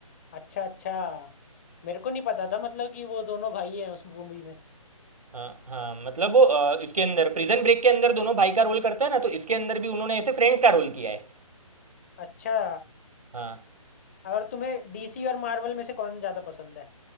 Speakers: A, on the left (about 25°); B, on the right (about 90°).
A: अच्छा अच्छा मेरे को नहीं पता था मतलब कि वो दोनों भाई हैं उस मूवी में
B: हाँ हाँ मतलब वो अ, इसके अंदर प्रिजन ब्रेक के अंदर दोनों भाई का रोल करता है ना तो इसके अंदर भी उन्होंने ऐसे फ्रेंड्स का रोल किया है
A: अच्छा
B: हाँ
A: और तुम्हें डीसी और मार्वल में से कौन ज्यादा पसंद है